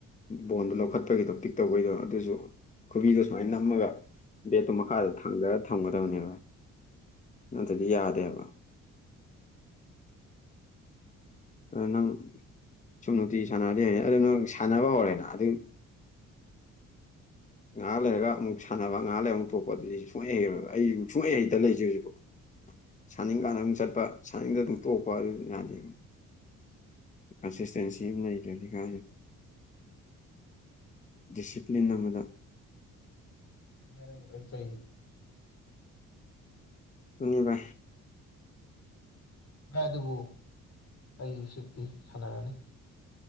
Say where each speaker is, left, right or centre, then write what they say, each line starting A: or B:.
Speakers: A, on the left; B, on the left.
A: ꯕꯣꯟꯗꯣ ꯂꯧꯈꯠꯄꯒꯤꯗꯣ ꯄꯤꯛ ꯇꯧꯕꯩꯗꯣ ꯑꯗꯨꯁꯨ ꯈꯨꯕꯤꯗꯣ ꯁꯨꯃꯥꯏꯅ ꯅꯝꯃꯒ ꯕꯦꯠꯇꯣ ꯃꯈꯥꯗ ꯊꯥꯡꯖꯔꯒ ꯊꯝꯒꯗꯕꯅꯦꯕ ꯅꯠꯇ꯭ꯔꯗꯤ ꯌꯥꯗꯦꯕ ꯀ ꯅꯪ ꯁꯨꯝ ꯅꯨꯡꯇꯤ ꯁꯥꯟꯅꯔꯗꯤ ꯑꯗꯨ ꯅꯪ ꯁꯥꯟꯅꯕ ꯍꯧꯔꯦꯅ ꯑꯗꯨ ꯉꯥꯏꯍꯥꯛ ꯂꯩꯔꯒ ꯑꯃꯨꯛ ꯁꯥꯟꯅꯕ ꯉꯥꯏꯍꯥꯛ ꯂꯩꯔ ꯑꯃꯨꯛ ꯊꯣꯛꯄ ꯑꯗꯨꯗꯤ ꯁꯨꯡꯍꯩ ꯍꯩꯔꯣꯏꯕ ꯑꯩ ꯁꯨꯡꯍꯩ ꯍꯩꯇꯥ ꯂꯩꯖꯦ ꯍꯧꯖꯤꯛꯐꯥꯎ ꯁꯥꯅꯤꯡꯀꯥꯟꯗ ꯑꯗꯨꯨꯛ ꯆꯠꯄ ꯁꯥꯅꯤꯡꯗ ꯑꯗꯨꯝ ꯇꯣꯛꯄ ꯑꯗꯨ ꯌꯥꯗꯦ ꯑꯁꯤꯁꯤꯁꯇꯦꯟꯁꯤ ꯑꯃ ꯂꯩꯈ꯭ꯔꯦꯅꯤ ꯀ ꯗꯤꯁꯤꯄ꯭ꯂꯤꯟ ꯑꯃꯗ
B: ꯃꯅ ꯆꯣ
A: ꯎꯅꯤꯕꯥ
B: ꯚꯥꯏ ꯑꯗꯨꯕꯨ ꯑꯩꯁꯤꯛꯇꯤ ꯁꯥꯟꯅꯔꯅꯤ